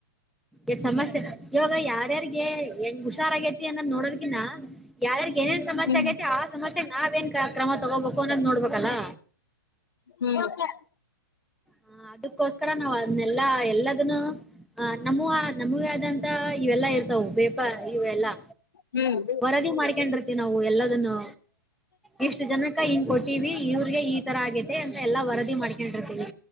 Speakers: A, in the centre; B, on the left (about 80°).
A: ಈಗ ಸಮಸ್ಯೆ ಇವಾಗ ಯಾರ್ಯಾರ್ಗೆ ಹೆಂಗ್ ಹುಷಾರಗೈತಿ ಅನ್ನ ನೋಡೋದಕಿನ್ನ. ಯಾರಾರ್ಗ ಏನೇನ್ ಸಮಸ್ಯೆ
B: ಹ್ಮ್
A: ಆಗೈತಿ ಆ ಸಮಸ್ಯೆಗೆ ನಾವೇಏನ್ ಕ್ರಮ ತಗೋಬೇಕು ಅನ್ನೋದ್ ನೋಡ್ಬೇಕಲ್ಲಾ.
B: ಹ್ಮ್.
A: ಹ ಅದಕ್ಕೋಸ್ಕರ ನಾವ್ ಅದನೆಲ್ಲಾ ಎಲ್ಲದನ್ನು. ಹ ನಮ್ಮೂ ನಮಗೆ ಆದಂತ ಇವೆಲ್ಲಾ ಇರ್ತವು ಬೇಪ ಇವೆಲ್ಲಾ.
B: ಹ್ಮ್
A: ವರದಿ ಮಾಡಿಕೊಂಡಿರುತ್ತೇವೆ ನಾವು ಎಲ್ಲದನ್ನು. ಇಷ್ಟು ಜನಕ ಹಿಂಗ ಕೊಟ್ಟಿವವಿ ಇವ್ರಗೆ ಈ ತರ ಆಗೇತೆ ಅಂತ ಎಲ್ಲಾ ವರದಿ ಮಾಡ್ಕೊಂಡ್ರತಿವಿ.